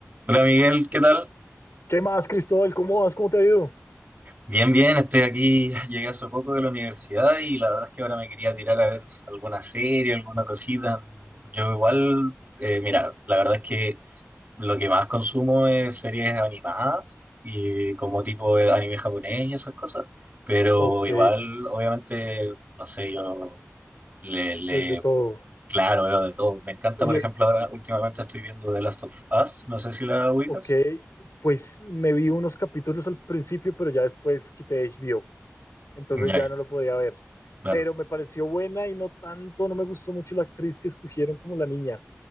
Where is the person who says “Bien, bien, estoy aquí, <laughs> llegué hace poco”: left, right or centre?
Right